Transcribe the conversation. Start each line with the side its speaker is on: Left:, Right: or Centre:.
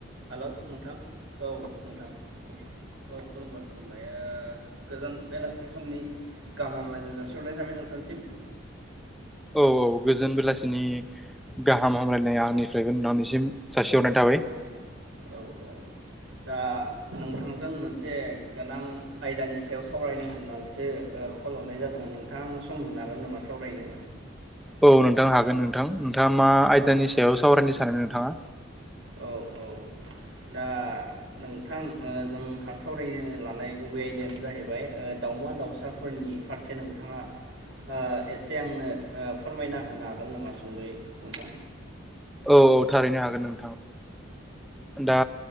Right: Hello नोंथां औ नोंथां औ खुलुमबाय खुलुमबाय ओ गोजान बेलासि समनि गाहाम हामलायनाय जासिहरनाय थाबाय नोंथांसिम।
Centre: औ औ गोजोन बेलासिनि गाहाम हामलायनाया आंनिफ्रायबो नोथांनिसिम जासिहरनाय थाबाय।
Right: औ औ औ दा नोंथांजों मोनसे गोनां आयदानि सायाव सावरायनो होननानैसो ओ कल हरनाय जादोंमोन नोंथाङा आंनो सम होनो हागोन नामा सावरायनो?
Centre: औ नोंथां हागोन नोंथां नोंथाङा मा आयदानि
Right: औ
Centre: सायाव सावरायनो सानो नोंथाङा?
Right: औ औ दा नोंथां ओ जोंहा सावरायनो लानाय गुबै आयदायानो जाहैबाय ओ दाउमा दाउसाफोरनि फारसे नोंथाङा ओ एसे आंनो फोरमायना होनो हागोन नामा सुंद'यै नोंथां।
Centre: औ औ थारैनो हागोन नोंथां। दा